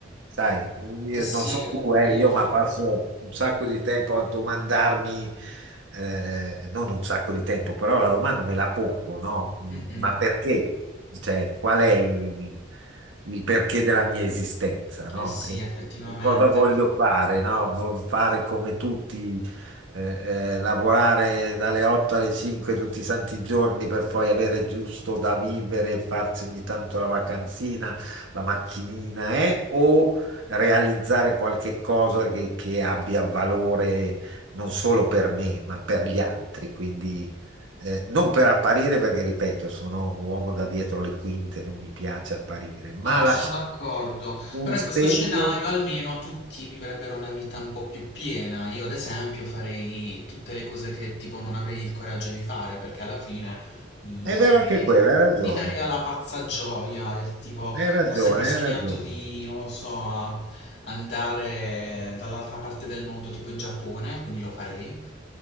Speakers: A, on the right (about 80°); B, on the left (about 60°).
A: Sai, io
B: Eh sì,
A: non so tu, eh,
B: io
A: io ma passo un sacco di tempo a domandarmi, eh, non un sacco di tempo, però la domanda me la pongo, no? Mh,
B: mh-mh,
A: Ma perché? Cioè, qual è il, il perché della mia esistenza, no?
B: eh sì
A: E,
B: effettivamente.
A: e cosa voglio fare, no? Vo- Fare come tutti eh, eh, lavorare dalle 8 alle 5 tutti i santi giorni per poi avere giusto da vivere e farsi ogni tanto la vacanzina, la macchinina, eh, o realizzare qualche cosa che, che abbia valore non solo per me, ma per gli altri. Quindi eh, non per apparire, perché ripeto, sono uomo da dietro le quinte, non mi piace apparire, ma
B: No,
A: lasciare
B: sono d'accordo,
A: un
B: però
A: segno.
B: in questo scenario almeno tutti vivrebbero una vita un po' più piena. Io, ad esempio, farei tutte le cose che tipo non avrei il coraggio di fare, perché alla fine mi
A: È vero
B: darei,
A: anche quello, hai ragione,
B: mi darei alla pazza gioia, del tipo
A: hai ragione,
B: ho sempre sognato
A: hai ragione.
B: di, non lo so, a- andare dall'altra parte del mondo, tipo in Giappone, quindi lo farei.